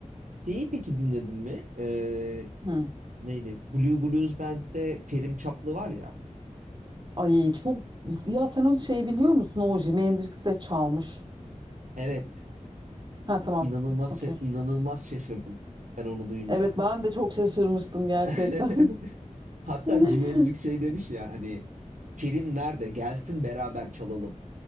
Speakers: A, on the right (about 80°); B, on the right (about 35°).
A: Şeyi peki dinledin mi? Ee,
B: Hı.
A: neydi? Blue Blues Band'de Kerim Çaplı var ya.
B: Ay çok ya sen onu şey biliyor musun? O Jimi Hendrix'e çalmış.
A: Evet,
B: Ha tamam.
A: inanılmaz
B: Okey.
A: inanılmaz şaşırdım ben onu duyunca.
B: Evet ben de çok şaşırmıştım gerçekten.
A: <laughs> Hatta
B: <laughs>
A: Jimi Hendrix şey demiş ya hani Kerim nerede? Gelsin beraber çalalım.